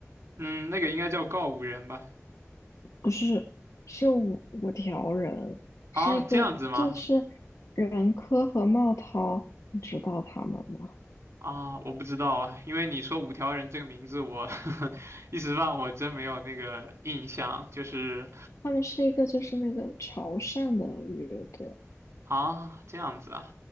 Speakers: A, on the right; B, on the left.
A: 嗯，那个应该叫告五人吧？
B: 不是是五五条人，
A: 啊，
B: 是一个就是任科和茂涛，
A: 这样子吗？
B: 你知道他们吗？
A: 啊，我不知道啊，因为你说五条人这个名字，我 <laughs> 一时半会儿真没有那个印象。就是
B: 他们是一个就是那个潮汕的乐队，
A: 啊，这样子啊，